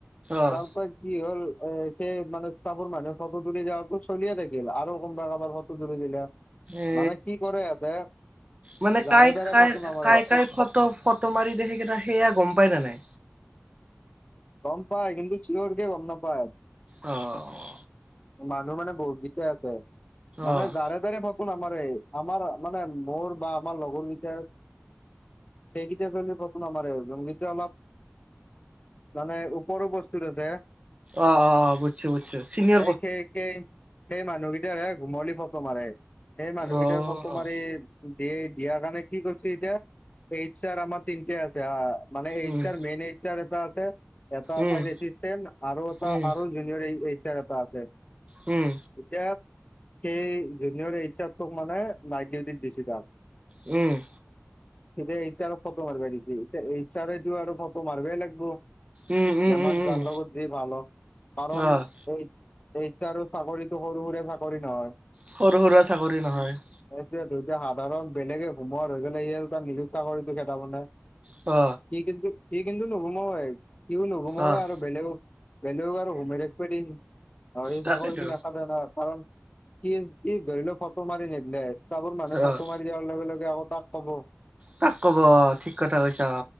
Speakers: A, on the right; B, on the left.
A: অ',
B: তাৰ পে- কি হ'ল এ সেই মানে চাপৰ মানুহে ফটো তুলি যাতটো চলিয়ে থাকিল আৰু কোনোবা কাৰোবাৰ লগত - ফটো তুলি দিলে।
A: এ,
B: মানে কি কৰে ইহঁতে
A: মানে
B: যাৰে
A: কাই
B: তাৰে
A: কাই
B: ফটো নামাৰে
A: কাই কাই ফটো ফটো- মাৰি সেই দেহ সেই কেইটা সেয়া গম পাই নাই?
B: গম পায় কিন্তু চিঞৰকে গম নাপায়।
A: অহ।
B: মানুহ মানে বহুত গীতেই আছে, মানে
A: অ',
B: যাৰে- তাৰে ফটো নামাৰে আমাৰ এই আমাৰ মানে মোৰ বা আমাৰ লগৰ কেইটাৰ- সেইকেইটা ফটো নামাৰে যোন কেইটা অলপ- মানে ওপৰো বস্তুত আছে-
A: অ অ বুজিছোঁ - চিনিয়ৰ -
B: এ খেকেই- সেই মানুহকেইটাৰ ঘুমলি ফটো মাৰে, সেই মানুহকেইটাৰ
A: অ',
B: ফটো মাৰি- দিয়ে দিয়াৰ কাৰণে কি কৰিছো এতিয়া, এইছাৰ আমাৰ তিনিকে আছে- মান এইচাৰ
A: উম,
B: মেইন এইচাৰ এটা আছে এটা
A: উম,
B: এটা আৰু এটা
A: উম,
B: আৰু- জুনিয়ৰ এইচাৰ এটা আছে।
A: উম।
B: এতিয়া, সেই জুনিয়ৰ এইছাক মানে নাই ডিউটি দিছে তাত-
A: উম।
B: এতিয়া এইছাৰক আৰু ফটো মাৰিব দিছে এতিয়া এইছাৰে আৰু ফটো মাৰিবে লাগিব।
A: উম, উম,
B: যিমান
A: উম, উম,
B: যাৰ লগত যি ভাল হক, কাৰণ-
A: অ',
B: এই এইছাৰ আৰু চাকৰিতটো সৰু সুৰা চাকৰি নহয়।
A: সৰু সুৰা চাকৰি নহয়।
B: এইটোৱেইটো সাধাৰণ বেলেগে সোমোৱাৰ হৈ গ'লে কিনে সি আৰু নিজে চাকৰিটো খেদাব নে
A: অ
B: সি কিন্তু সি কিন্তু নুহুমাওৱে সিও নোসোমাওৱে
A: অ',
B: আৰু বেলেগক বেলেগক আৰু সোমাই থাকবা দিয়ে নেকি <unintelligible>
A: তাকেতো
B: কাৰণ দে না কাৰণ <unintelligible> কি ধৰিল ফটো মাৰি নেদিলে চাবোৰ মানুহ
A: অ',
B: ফটো মাৰি যোৱাৰ লগে লগে আকৌ তাক কব
A: তাক কব ঠিক কথা কৈছা